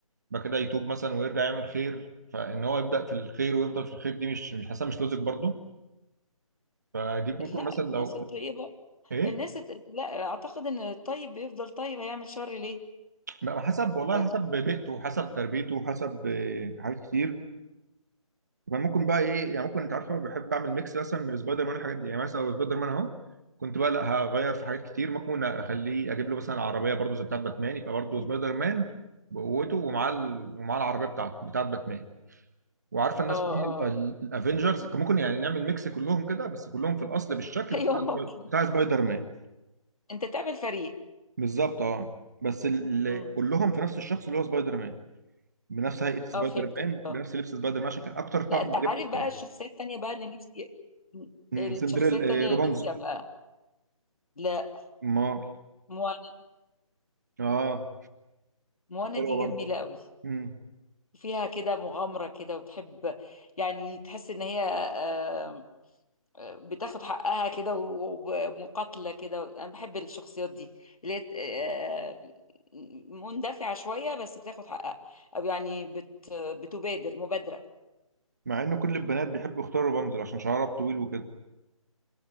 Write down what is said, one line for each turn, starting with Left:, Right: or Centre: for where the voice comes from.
Right: بعد كده يتوب مثلا ويرجع يعمل خير فان هو يبدا في الخير ويفضل في الخير دي مش مش حاسه مش لوجيك برضه فدي ممكن
Left: لا
Right: مثلا
Left: الناس
Right: لو
Left: الطيبة
Right: ايه
Left: الناس الت... لا اعتقد ان الطيب بيفضل طيب هيعمل شر ليه
Right: لا حسب والله
Left: يعني
Right: حسب بيئته وحسب تربيته وحسب آه، حاجات كتير ممكن بقى ايه يعني ممكن انت عارفه بحب اعمل ميكس مثلا من سبايدر مان والحاجات دي يعني مثلا لو سبايدر مان اهو كنت بقى لا هغير في حاجات كتير ممكن اخليه اجيب له مثلا عربيه برضه زي بتاعت باتمان يبقى برضه
Left: مم.
Right: سبايدر مان بقوته ومعاه ال- ومعاه العربيه بتاعته بتاعت باتمان وعارفه الناس
Left: اه
Right: مين
Left: اه
Right: الافنجرز ممكن يعني نعمل ميكس كلهم كده بس كلهم في الاصل بالشكل
Left: <laughs> ايوه
Right: بتاع
Left: ممكن
Right: سباي- بتاع سبايدر مان
Left: انت تعمل فريق
Right: بالظبط اه بس اللي
Left: مم.
Right: كلهم في نفس الشخص اللي هو سبايدر مان بنفس هيئه سبايدر
Left: اه فهمتك
Right: مان
Left: اه
Right: بنفس لبس سبايدر مان عشان كان اكتر طقم
Left: لا انت عارف
Right: عجبني
Left: بقى
Right: بصراحه
Left: الشخصية التانية بقى اللي نفسي مم.
Right: امم
Left: الشخصية
Right: سندريل
Left: التانية
Right: آه روبانزل
Left: اللي نفسي ابقى لا
Right: ما
Left: موانا
Right: اه
Left: موانا
Right: حلوه
Left: دي
Right: برضه
Left: جميلة قوي
Right: امم
Left: فيها كده مغامرة كده وتحب يعني تحس ان هي آه، بتاخد حقها كده ومقاتلة كده أنا بحب الشخصيات دي اللي هي آه، مندفعة شوية بس بتاخد حقها أو يعني بت بتبادر مبادرة
Right: مع ان كل البنات بيحبوا يختاروا روبانزل عشان شعرها طويل وكده